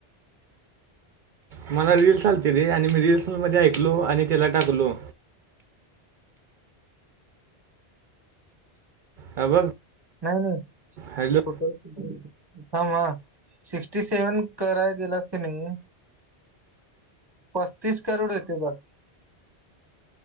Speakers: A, on the right; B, on the right.
A: मला रील्स आलते रे आणि मी रील्स मध्ये ऐकलो आणि त्याला टाकलो. हा बघ
B: नाही नाही <inaudible>
A: हॅलो
B: फोट हां म सिक्स्टी सेव्हन कराय गेलास की नाही? पस्तीस कारोड येत बघ